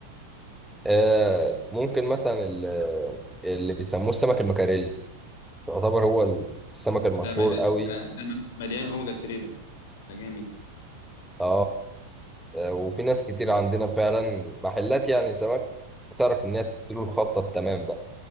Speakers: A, in the centre; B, on the left.
A: آه، ممكن مثلا ال- اللي بيسموه السمك المكاريلي يعتبر هو السمك المشهور
B: ده مل...
A: قوي
B: ده, ده م- مليان اوميجا 3 ده ده جامد
A: اه آه، وفي ناس كتير عندنا فعلا محلات يعني سمك بتعرف ان هي تديله الخلطه التمام بقى